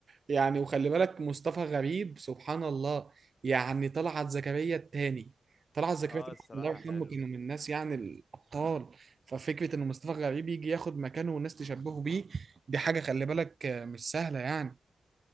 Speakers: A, on the right; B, on the left.
A: يعني وخلي بالك مصطفى غريب سبحان الله يعني طلعت زكريا التاني طلعت زكريا
B: اه
A: التاني
B: الصراحة
A: الله يرحمه
B: حلو
A: كانوا من الناس يعني الابطال ففكره ان مصطفى غريب يجي ياخد مكانه والناس تشبهه بيه دي حاجه خلي بالك آه، مش سهله يعني